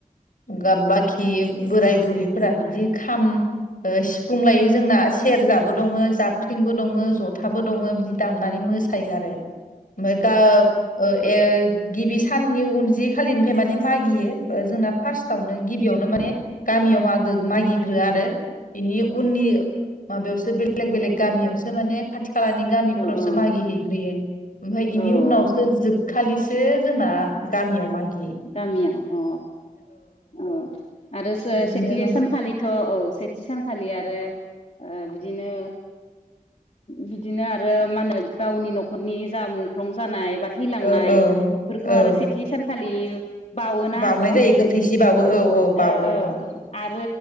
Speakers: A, on the left; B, on the left.
A: <unintelligible> खि बोराय बुरैफोरा बिदि खाम सिफुं लायो जोंना सेरजाबो दङो जाबख्रिंबो दङो जथाबो दङो बिदि दामनानै मोसायो आरो ओमफ्राय गा ओ ए-ओ गिबि साननि उन जिखालिनिफ्राय माने मागियो जोंना फार्स्टआवनो <unintelligible> गामियाव मागो मागिग्रो आरो बेनि उननि माबायावसो बेलेग बेलेग गामियावसो माने खाथि खालानि गामिफोरावसो
B: औ औ
A: मागि हैग्रोयो ओमफाय बेनि
B: औ
A: उनावसो जोबखालि जोंना गामियाव मागि
B: गामियाव अ अ आरोसो
A: बिदिनो
B: सेथि सानखालि थ' औ सेथि सानखालि आरो ओ बिदिनो बिदिनो आरो मा होनो गावनि न'खरनि जा मुंख्लं जानाय बा थैलांनाय
A: औ औ
B: बेफोरखौ
A: औ
B: आरो सेथि सानखालि <inaudible>
A: बाउनाय
B: आब'
A: जायो गोथैसि बावो औ औ बावो
B: ओ औ
A: बावो
B: आरो